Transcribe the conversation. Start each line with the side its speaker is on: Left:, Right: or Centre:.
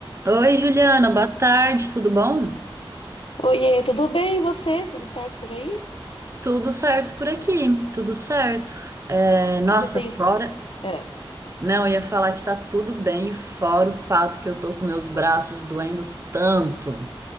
Right: Oi, Juliana, boa tarde, tudo bom?
Left: Oiê, tudo bem? E você? Tudo certo por aí?
Right: Tudo certo por aqui, tudo certo. É, nossa,
Left: O que que você tem?
Right: fora.
Left: É.
Right: Não, eu ia falar que tá tudo bem, fora o fato que eu tô com meus braços doendo tanto.